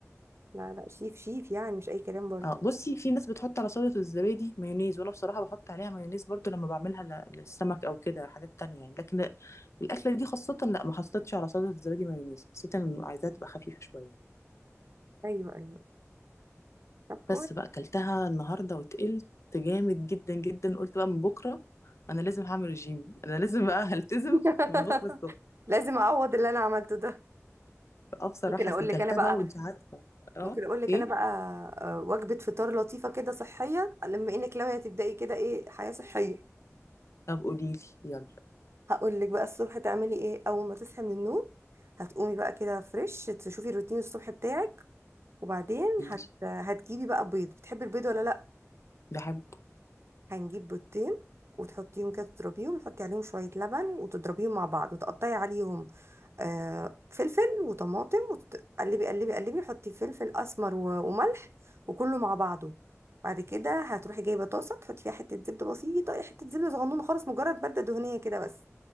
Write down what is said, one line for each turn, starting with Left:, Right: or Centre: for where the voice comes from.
Right: لا لا شيف شيف يعني مش اي كلام برضه
Left: اه بصي في ناس بتحط على سلطة الزبادي مايونيز وانا بصراحة بحط عليها مايونيز برضو لما بعملها ل- للسمك او كده حاجات تانية يعني لكن لا- الاكلة دي خاصة لا ما حطيتش على سلطة الزبادي مايونيز حسيت ان عايزاها تبقى خفيفة شوية
Right: ايوه ايوه طب كويس
Left: بس بقى اكلتها النهاردة وتقلت جامد جدا جدا قلت بقى من بكرة انا لازم هعمل رجيم انا لازم بقى هلتزم
Right: <laughs>
Left: من بكرة الصبح
Right: لازم اعوض اللي انا عملته ده
Left: اه بصراحة
Right: ممكن اقول
Left: اصل كلتها
Right: لك انا بقى
Left: بقى وانت عارفة اه
Right: ممكن اقول لك
Left: ايه
Right: انا بقى آه، وجبه فطار لطيفه كده صحيه لما انك لما تبداي كده ايه حياه صحيه
Left: طب قوليلي يلا
Right: هقول لك بقى الصبح تعملي ايه اول ما تصحي من النوم هتقومي بقى كده فريش تشوفي الروتين الصبح بتاعك وبعدين
Left: ماشي
Right: هت... هتجيبي بقى بيض بتحبي البيض ولا لا
Left: بحبه
Right: هنجيب بيضتين وتحطيهم كده تضربيهم تحطي عليهم شويه لبن وتضربيهم مع بعض وتقطعي عليهم آه، فلفل وطماطم وتقلبي قلبي قلبي حطي فلفل اسمر و- وملح وكله مع بعضه بعد كده هتروحي جايبه طاسه تحطي فيها حته زبده بسيطه حته زبده صغنونه خالص مجرد ماده دهنيه كده بس